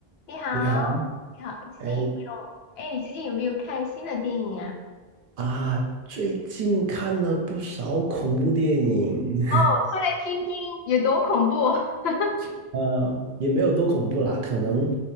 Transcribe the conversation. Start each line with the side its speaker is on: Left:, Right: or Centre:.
Left: 你好，
Right: 你好，
Left: 你好，最近有没有？
Right: 哎
Left: 哎，你最近有没有看新的电影啊？
Right: 啊，最近看了不少恐怖电影，
Left: 哦，说来听听，有多恐怖？<laughs>
Right: <laughs> 呃，也没有多恐怖啦，可能